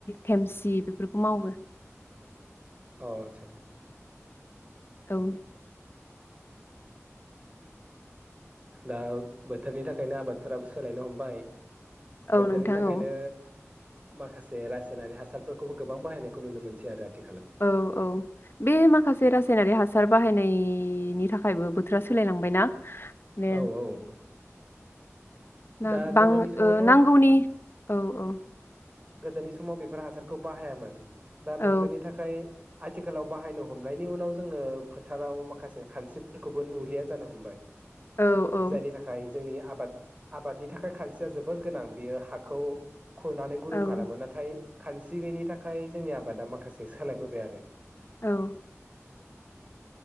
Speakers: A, on the left; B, on the right.
A: थेमसि बेफोरखौ मावो
B: अ आदसा।
A: औ
B: दा बोथोरनि थाखायनो आबादफोराबो सोलायनो हमबाय
A: औ
B: बोथोरनि
A: नोंथां
B: थाखायनो
A: औ
B: माखासे रासायनारिक हासारफोरखौबो गोबां बाहायनायखौ नुनो मोनसै आरो आथिखालाव
A: औ औ बे माखासे रासायनारि हासार बाहायनाय इ नि थाखायबो बोथोरा सोलायलांबायना माने
B: औ औ
A: ना
B: दा
A: बां
B: गोदोनि समावथ'
A: ओ नांगौनि औ औ
B: गोदोनि समाव बेफोर हासारखौ बाहायामोन दा
A: औ
B: बेफोरनि थाखाय आथिखालाव बाहायनो हमनायनि उनाव जोङो फोथाराव माखासे खानस्रिफोरखौबो नुलिया जानो हमबाय
A: औ औ
B: जायनि थाखाय जोंनि आबाद आबादनि थाखाय खानसिया जोबोर गोनां बेयो हाखौ खुरनानै गुुरुं
A: औ
B: खालामो नाथाय खानस्रि गैयिनि थाखाय जोंनि आबादा माखासे सोलायबोबाय आरो
A: औ